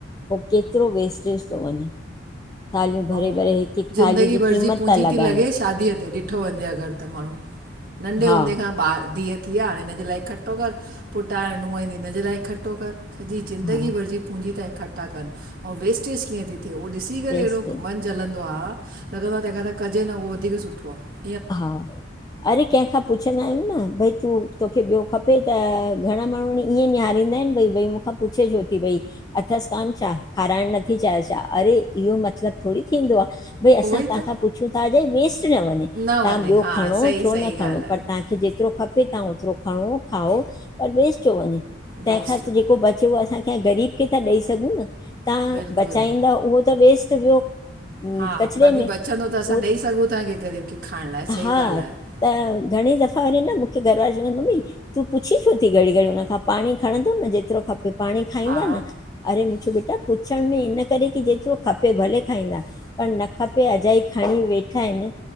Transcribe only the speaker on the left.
पो केतरो वेस्टेज तो वञे। थालियूं भरे
भरे हिकु हिकु
थाली जी
क़ीमत
था लॻाइनि
हा
हा
वेस्टेज
हा! अरे, कंहिंखां पुछंदा आहियूं न भई तूं तोखे ॿियो खपे त घणा माण्हू ईअं निहारींदा आहिन भई, भई मुखां पुछे छो थी भई। अथस कान छा? खाराइण नथी चाहे छा अड़े इहो मतलब थोरी थींदो आ भई
असां
तव्हांखां
पुछू था अॼाई वेस्ट न वञे,
तां
ॿियो
खणो
छो
न खणो
पर तां जेतरो खपे तव्हां ओतरो खणो खाओ पर वेस छो वञे। तंहिंखां
त
जेको बचे उह असां कै ग़रीब खे था ॾेई सघूं न। तव्हां
बचाईंदव उहो त वेस्ट वियो। हम्म,
कचिरे
में
उहो
हा
त घणे दफ़ा वरी न मुखे घर वारा चवंदा आहिन मम्मी तूं पुछी छो थी घड़ी-घड़ी हुन खां पाणी खणंदो न जेतरो खपे पाणी खाईंदा
न। अरे मु चयो बेटा पुछण में इन करे की जेतिरो खपे भले खाईंदा, पर न खपे अजाई खणी वेठा आहिन।